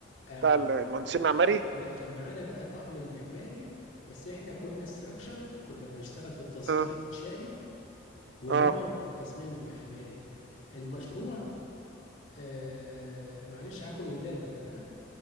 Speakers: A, on the left; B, on the right.
A: آه
B: بتاع
A: ما
B: المهندسين
A: المعمار
B: المعماري
A: لا كان معانا بقى طقم المعماري بس احنا كنا استراكشر كنا بنشتغل في التصميم
B: اه
A: الانشائي وهم
B: اه
A: في التصميم المعماري المشروع آه معلش هاكل ودانك انا ها